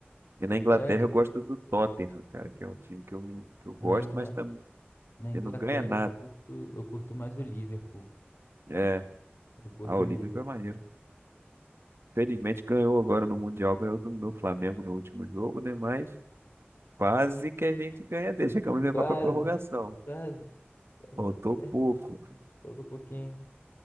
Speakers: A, on the right; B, on the left.
A: E na Inglaterra
B: sério.
A: eu gosto do Tottenham, cara, que é um time que eu, me- que eu gosto,
B: Na Ingla-
A: mas tam,
B: na Inglaterra
A: que não ganha nada.
B: eu curto, eu curto mais o Liverpool.
A: É,
B: Eu curto
A: ah, o
B: o Liverpool.
A: Liverpool é maneiro. Felizmente ganhou agora no Mundial, ganhou do meu Flamengo no último jogo, né? Mas quase que a gente ganha dele. Chegamos a levar
B: Quase,
A: pra prorrogação.
B: quase, quase,
A: Faltou
B: pertinho,
A: pouco.
B: né? Falta um pouquinho. né?